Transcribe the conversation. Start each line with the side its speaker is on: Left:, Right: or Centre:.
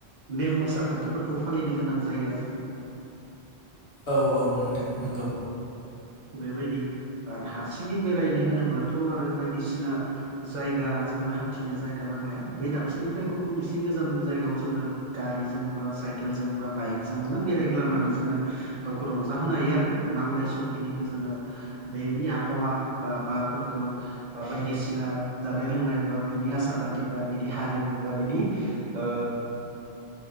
Right: नेम आसार खान्थिफोरखौ फालिनो गोनां जायो आरो
Left: औ औ नोंथां नोंगौ
Right: बेबायदि आरो हारसिङै बेरायनो होनोब्लाथ' आरो बायदिसिना जायगा जोंनो हान्थिनो जायगा नांलाया बे दाबसेनिफ्राय गुबुन एसे गोजान जायगायाव जोङो। गारिजों बा साइकेलजों बा बाइकजोंनो बेरायग्लांनानै जोङो। गावखौ रंजा होनो हायो आरो नांलाय समखिनि बेखौ जोङो बेनि आबहावा बा बारफोरखौ बा बायदिसिना जानाय लोंनाय बा बेनि आसार खान्थि बा बेनि हारिमु बा बेनि ओ